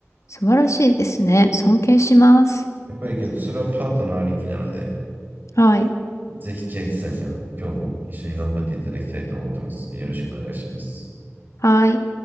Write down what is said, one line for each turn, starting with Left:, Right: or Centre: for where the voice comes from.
Left: 素晴らしいですね。尊敬します。
Right: やっぱりけど、それはパートナーありきなので、
Left: はい。
Right: ぜひ千秋さんには今日も一緒に頑張っていただきたいと思ってますので、よろしくお願いします。
Left: はい。